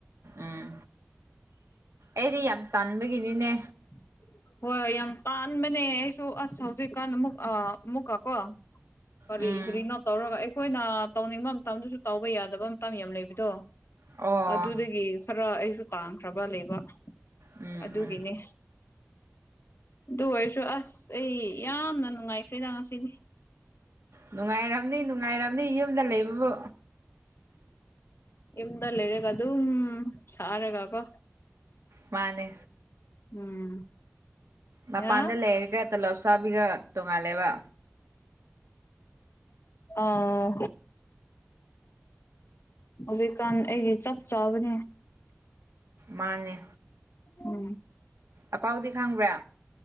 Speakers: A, on the right (about 80°); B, on the left (about 60°).
A: ꯎꯝ ꯑꯩꯗꯤ ꯌꯥꯝ ꯇꯟꯕꯒꯤꯅꯤꯅꯦ
B: <inaudible> ꯍꯣꯏ ꯌꯥꯝ ꯇꯟꯕꯅꯦ ꯑꯩꯁꯨ ꯑꯁ ꯍꯧꯖꯤꯛꯀꯥꯟ ꯑꯃꯨꯛꯀ ꯑꯥ ꯑꯃꯨꯛꯀꯀꯣ ꯀꯔꯤ
A: ꯎꯝ
B: ꯀꯔꯤꯅꯣ ꯇꯧꯔꯒ ꯑꯩꯈꯣꯏꯅ ꯇꯧꯅꯤꯡꯕ ꯃꯇꯝꯗꯨꯁꯨ ꯇꯧꯕ ꯌꯥꯗꯕ ꯃꯇꯝ ꯌꯥꯝ ꯂꯩꯕꯗꯣ
A: ꯑꯣ
B: ꯑꯗꯨꯗꯒꯤ ꯈꯔ ꯑꯩꯁꯨ ꯇꯥꯡꯈ꯭ꯔꯥꯕ ꯂꯩꯕ
A: ꯎꯝ
B: ꯑꯗꯨꯒꯤꯅꯤ
A: ꯎꯝ
B: ꯑꯗꯨ ꯑꯣꯏꯔꯁꯨ ꯑꯁ ꯑꯩ ꯌꯥꯝꯅ ꯅꯨꯡꯉꯥꯏꯈ꯭ꯔꯦꯗ ꯉꯁꯤꯗꯤ
A: ꯅꯨꯡꯉꯥꯏꯔꯝꯅꯤ ꯅꯨꯡꯉꯥꯏꯔꯝꯅꯤ ꯌꯨꯝꯗ ꯂꯩꯕꯕꯨ
B: ꯌꯨꯝꯗ ꯂꯩꯔꯒ ꯑꯗꯨꯝ ꯁꯥꯔꯒꯀꯣ
A: ꯃꯥꯅꯦ
B: ꯎꯝ꯫
A: ꯃꯄꯥꯟꯗ
B: ꯌꯥ
A: ꯂꯩꯔꯒ ꯇꯣꯂꯣꯞ ꯆꯥꯕꯤꯒ ꯇꯣꯡꯉꯥꯜꯂꯦꯕ
B: ꯑꯥꯎ ꯍꯧꯖꯤꯛꯀꯥꯟ ꯑꯩꯒꯤ ꯆꯞ ꯆꯥꯕꯅꯤ
A: ꯃꯥꯅꯦ
B: ꯎꯝ
A: ꯑꯄꯥꯎꯗꯤ ꯈꯪꯕ꯭ꯔꯥ